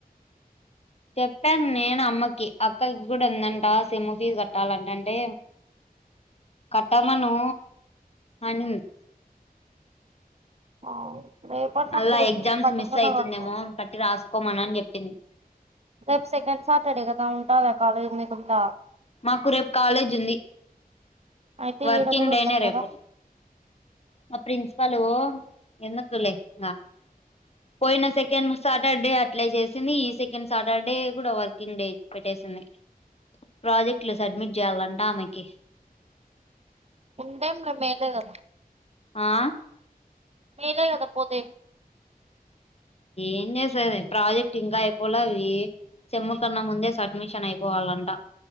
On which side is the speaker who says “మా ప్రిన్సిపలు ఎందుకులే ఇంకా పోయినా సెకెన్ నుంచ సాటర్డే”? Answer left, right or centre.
Left